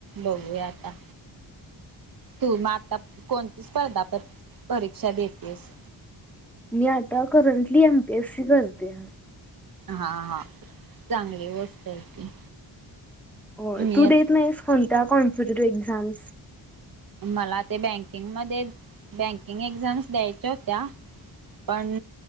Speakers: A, on the right; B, in the centre.
A: बघूया आता. तू मग आता कोणती स्पर्धा प-परीक्षा देतेयेस.
B: मी आता करंटली एमपीएस सी करते.
A: हा हा चांगली गोष्ट आहे ती
B: हो
A: मी
B: तू
A: एक.
B: देत नाहीस कोणत्या <unintelligible>
A: मला ते बँकिंगमध्ये बँकिंग एक्झाम्स द्यायच्या होत्या. पण